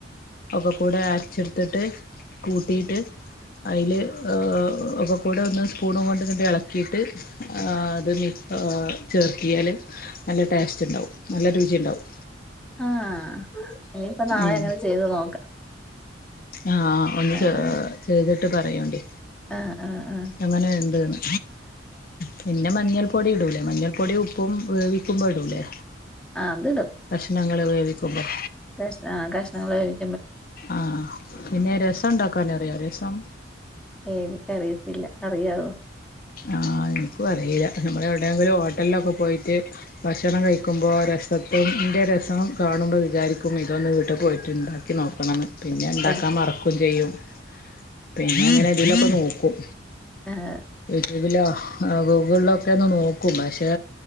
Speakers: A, on the left (about 50°); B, in the centre.
A: ഒക്ക കൂടെ അരച്ചെട് ത്തിട്ട് കൂട്ടീട്ട് അയില് ഒക്കകൂട ഒന്ന് പൂണ് കൊണ്ട് ഇതണ്ട് എളക്കീട്ട് ആ അത് മിൽ കാ ചേർത്തിയാല് നല്ല ടേസ്റ്റ്ണ്ടാവും നല്ല രുചിണ്ടാവും.
B: ആഹ് ഇനിയിപ്പം നാളെ
A: ഉം
B: അങ്ങനെ ചെയ്ത് നോക്കാം
A: ആഹ് ഒന്ന്
B: ആഹ്
A: ചെ ചെയ്തിട്ട് പറയെണ്ടി
B: ആഹ് ആഹ് ആഹ്
A: എങ്ങനെ ഉണ്ട്ന്ന് പിന്നെ മഞ്ഞൾ പൊടി ഇടൂലേ മഞ്ഞൾ പൊടി ഉപ്പും വേവിക്കുമ്പോ ഇടൂലേ
B: ആഹ് അതിടും
A: കഷ്ണങ്ങള് വേവിക്കുമ്പം
B: കഷ് ആഹ് കഷ്ണങ്ങള് വോവി
A: ആഹ് പിന്നെ രസം ഉണ്ടാക്കാൻ അറിയോ രസം
B: എനിക്ക് അറിയത്തില്ല അറിയാവോ
A: ആഹ് എനിക്കു അറിയില്ല ഞമ്മള് എവിടെങ്കിലും ഹോട്ടലിലൊക്ക പോയിറ്റ് ഭക്ഷണം കഴിക്കുമ്പോൾ രസത്തും ഇന്റെ രസം കാണുമ്പം വിചാരിക്കും ക്കും ഇതൊന്ന് വീട്ടിൽ പോയിറ്റ് ഇണ്ടാക്കി നോക്കണംന്ന് പിന്നെ ഇണ്ടാക്കാം
B: ആഹ്
A: മറക്കും ചെയ്യും പിന്നെ അങ്ങനെ ഇതിലൊക്കെ നോക്കും
B: ആഹ്
A: യൂട്യൂബിലോ ഗൂഗിളിലൊക്കെ ഒന്ന് നോക്കും പക്ഷേ